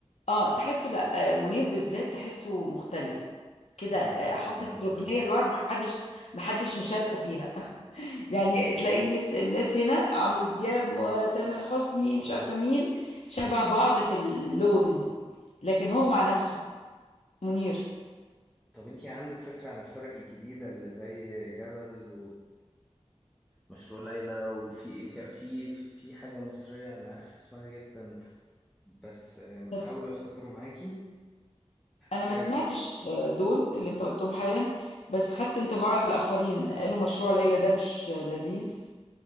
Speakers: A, on the left; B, in the centre.
A: اه تحسه لا آه، منير بالذات تحسه مختلف كده
B: انا
A: آه،
B: بحبه
A: حاطط
B: جدا بصراحة
A: ركنيه لوحده ما حدش ما حدش مشاركه فيها يعني تلاقي الناس الناس هنا عمرو دياب وتامر حسني مش عارفه مين شبه بعض في اللون لكن هو مع نفسه منير
B: طب انتي عندك فكرة عن الفرق الجديدة اللي زي جدل ومشروع ليلى وفي ايه ك... في في حاجة مصرية انا عارف اسمها جدا بس
A: بس
B: حاول افتكره معاكي
A: انا
B: إيه،
A: ما سمعتش آه، دول اللي انت قلتهم حالا بس خدت انطباع الاخرين قالوا مشروع ليلى ده مش لذيذ